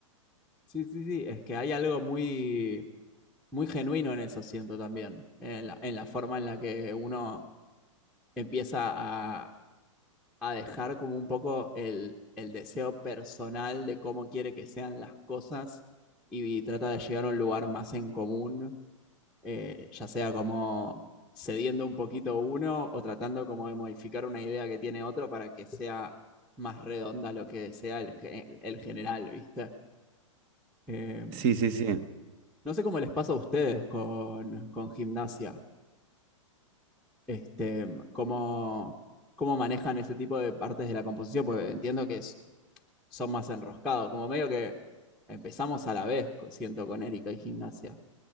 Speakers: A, in the centre; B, on the right.
A: sí, sí, sí, es que hay algo muy, muy genuino en eso, siento también, en la, en la forma en la que uno empieza a, a dejar como un poco el, el deseo personal de cómo quiere que sean las cosas y, y trata de llegar a un lugar más en común, eh, ya sea como cediendo un poquito uno o tratando como de modificar una idea que tiene otro para que sea más redonda lo que sea el, ge- el general, ¿viste? Eh,
B: sí, sí, sí.
A: No sé cómo les pasa a ustedes con, con gimnasia, este, cómo, cómo manejan ese tipo de partes de la composición, porque entiendo que es- son más enroscados, como medio que empezamos a la vez, co- siento, con Erika y gimnasia.